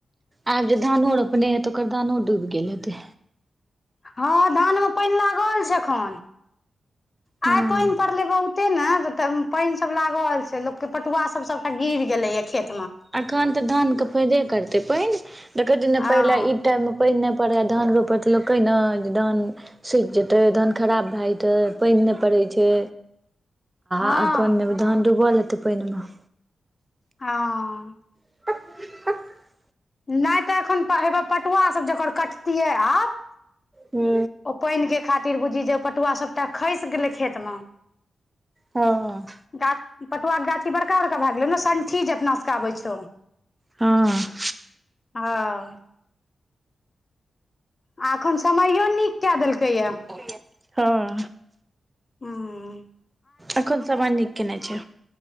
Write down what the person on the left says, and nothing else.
हँ धान मे पाइन लागल छै एखन आइ
पानि पड़ले बहुत एते ने पानि सब लागल छै लोकके पटुआ सब सबटा गिर गेलैए खेत
हँ
हँ
हँ।
नहि तऽ एखन हेबे पटुआ सब जकर कटतियै आब
ओ पानि के खातिर बुझी जे पटुआ सबटा खसि गेलै खेत म।
गा आ पटुआ के गाछी बड़का बड़का भए गेल ने संठी जे अपना आबै छौ।
आहऽ। आ एखन समयो नीक कए देलकैए।
हूँ।